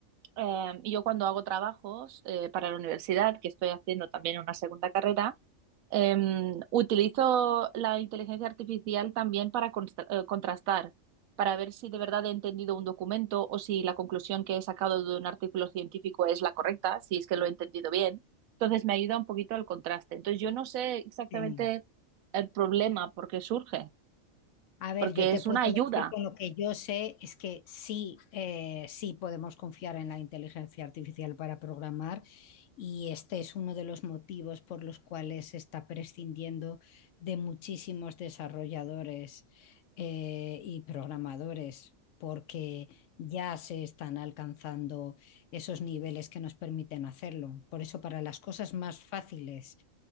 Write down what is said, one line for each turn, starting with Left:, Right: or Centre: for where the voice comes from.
Right: eh, y yo cuando hago trabajos eh, para la universidad, que estoy haciendo también una segunda carrera, eh, utilizo la inteligencia artificial también para consta- eh, contrastar, para ver si de verdad he entendido un documento o si la conclusión que he sacado de un artículo científico es la correcta, si es que lo he entendido bien. Entonces me ayuda un poquito al contraste. Entonces yo no sé exactamente
Left: sí.
Right: el problema por qué surge,
Left: A ver,
Right: porque
Left: yo te
Right: es
Left: puedo
Right: una ayuda.
Left: decir con lo que yo sé es que sí, eh, sí podemos confiar en la inteligencia artificial para programar y este es uno de los motivos por los cuales se está prescindiendo de muchísimos desarrolladores eh, y programadores porque ya se están alcanzando esos niveles que nos permiten hacerlo. Por eso, para las cosas más fáciles